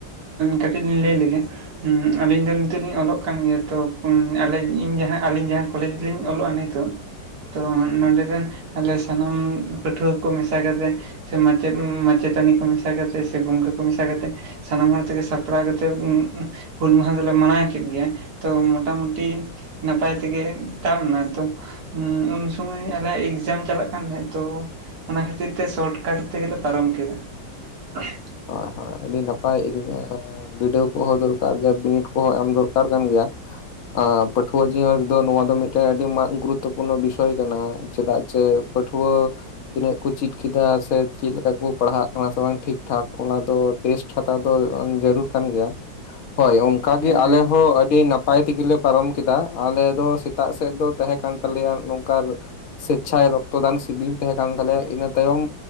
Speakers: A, on the right (about 65°); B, on the left (about 70°).
A: ᱠᱟᱹᱴᱤᱡ ᱞᱤᱧ ᱞᱟᱹᱭ ᱞᱮᱜᱮ ᱟᱞᱤᱧ ᱫᱚ ᱱᱤᱛᱚᱜ ᱞᱤᱧ ᱚᱞᱚᱜ ᱠᱟᱱ ᱜᱮᱭᱟ ᱛᱚ ᱤᱧ ᱡᱟᱦᱟᱸ ᱟᱞᱤᱧ ᱡᱟᱦᱟᱸ ᱠᱚᱞᱮᱡᱽ ᱨᱮᱞᱤᱧ ᱚᱞᱚᱜᱼᱟ ᱱᱤᱛᱚᱜ ᱛᱚ ᱱᱚᱰᱮ ᱨᱮᱱ ᱟᱞᱮ ᱥᱟᱱᱟᱢ ᱯᱟᱹᱴᱷᱩᱣᱟᱹ ᱠᱚ ᱢᱮᱥᱟ ᱠᱟᱛᱮ ᱥᱮ ᱢᱟᱪᱮᱫ ᱢᱟᱪᱮᱛᱟᱹᱱᱤ ᱠᱚ ᱢᱮᱥᱟ ᱠᱟᱛᱮᱫ ᱥᱮ ᱜᱚᱢᱠᱮ ᱠᱚ ᱢᱮᱥᱟ ᱠᱟᱛᱮᱫ ᱥᱟᱱᱟᱢ ᱦᱚᱲ ᱛᱮᱜᱮ ᱥᱟᱯᱲᱟᱣ ᱠᱟᱛᱮᱜ ᱵᱚᱱ ᱦᱩᱞ ᱢᱟᱦᱟ ᱫᱚᱞᱮ ᱢᱟᱱᱟᱣ ᱠᱮᱫ ᱜᱮᱭᱟ ᱛᱚ ᱢᱚᱴᱟᱢᱩᱴᱤ ᱱᱟᱯᱟᱭ ᱛᱮᱜᱮ ᱛᱟᱵ ᱱᱟ ᱛᱚ ᱦᱮᱸ ᱩᱱ ᱥᱚᱢᱚᱭ ᱟᱞᱮᱭᱟᱜ ᱮᱠᱡᱟᱢ ᱪᱟᱞᱟᱜ ᱠᱟᱱ ᱛᱟᱦᱮᱸ ᱛᱚ ᱚᱱᱟ ᱠᱷᱟᱹᱛᱤᱨ ᱛᱮ ᱥᱚᱴ ᱠᱟᱴ ᱛᱮᱜᱮᱞᱮ ᱯᱟᱨᱚᱢ ᱠᱮᱫᱟ <inaudible> <unintelligible>
B: ᱦᱳᱭ ᱦᱳᱭ ᱟᱹᱰᱤ ᱱᱟᱯᱟᱭ ᱵᱤᱰᱟᱹᱣ ᱠᱚᱦᱚᱸ ᱫᱚᱨᱠᱟᱨ ᱜᱮᱭᱟ ᱵᱤᱱᱤᱰ ᱠᱚᱸᱦᱚᱸ ᱮᱢ ᱫᱚᱨᱠᱟᱨ ᱠᱟᱱ ᱜᱮᱭᱟ ᱯᱟᱹᱴᱷᱩᱣᱟᱹ ᱡᱤᱭᱚᱱ ᱨᱮᱫᱚ ᱱᱚᱣᱟ ᱫᱚ ᱢᱤᱫᱴᱮᱱ ᱟᱹᱰᱤ ᱜᱩᱨᱩᱛᱛᱚᱯᱩᱨᱱᱚ ᱵᱤᱥᱚᱭ ᱠᱟᱱᱟ ᱪᱮᱫᱟᱜ ᱡᱮ ᱯᱟᱹᱴᱷᱩᱣᱟᱹ ᱛᱤᱱᱟᱹᱜ ᱠᱚ ᱪᱮᱫ ᱠᱮᱫᱟ ᱥᱮ ᱪᱮᱫ ᱞᱮᱠᱟ ᱠᱚ ᱯᱟᱲᱦᱟᱜ ᱠᱟᱱᱟ ᱥᱮ ᱵᱟᱝ ᱴᱷᱤᱠ ᱴᱷᱟᱠ ᱚᱱᱟ ᱫᱚ ᱴᱮᱥᱴ ᱦᱟᱛᱟᱣ ᱫᱚ ᱡᱟᱹᱨᱩᱲ ᱠᱟᱱ ᱜᱮᱭᱟ ᱦᱳᱭ ᱚᱱᱠᱟ
A: ᱦᱮᱸ
B: ᱜᱮ ᱟᱞᱮ
A: ᱦᱮᱸ
B: ᱦᱚᱸ ᱟᱹᱰᱤ ᱱᱟᱼᱼ ᱼᱯᱟᱭ ᱛᱮ ᱜᱮᱞᱮ ᱯᱟᱨᱚᱢ ᱠᱮᱫᱟ ᱟᱞᱮ ᱫᱚ ᱥᱮᱛᱟᱜ ᱥᱮᱫ ᱫᱚ ᱛᱟᱦᱮᱸ ᱠᱟᱱ ᱛᱟᱞᱮᱭᱟ ᱱᱚᱝᱠᱟ ᱥᱮᱪᱪᱷᱟᱭ ᱨᱚᱠᱛᱚᱫᱟᱱ ᱥᱤᱵᱤᱨ ᱛᱟᱦᱮᱸ ᱠᱟᱱ ᱛᱟᱞᱮᱭᱟ ᱤᱱᱟᱹ ᱛᱟᱭᱚᱢ